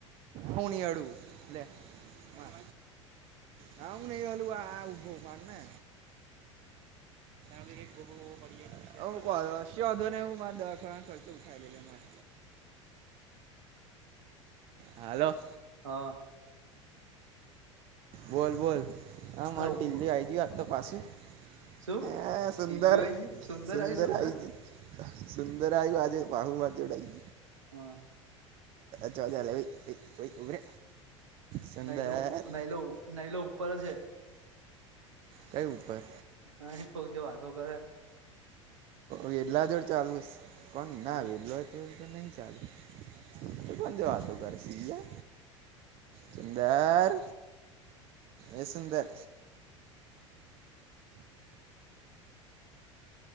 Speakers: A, on the right; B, on the right.
A: હું નહી અડું લે માર હા હું નઈ હડુ આ ઉભો માર ને તને ગોબો વોબો પડી જાય હો કશો વોધો નઈ હું મારે દવા ખાનનો ખર્ચો ઉઠાવ દે માર હાલો
B: હા
A: બોલ બોલ હા મારે
B: ઉપ
A: દિલ્હી આઈ ગયું પાસુ
B: શું
A: હ સુંદર
B: ટીલું આઈ ગયું સુંદર
A: સુંદરઈ
B: આઈ સુંદર
A: જ સુંદર આયુ આજે ભાડું માર જોડે આઈ
B: હા
A: ગયું <unintelligible> ઉભરે સુંદર
B: નૈલો નહીલો નૈલો ઉપર જ છે
A: કઈ ઉપર
B: હા ખુબ જો વાતો કરે
A: વેલા જોડ ચાલુસ કોણ ના
B: એવું
A: વેલો તો તો નહીં ચાલ તો કો જો વાતો કર સી લા સુંદર એ સુંદર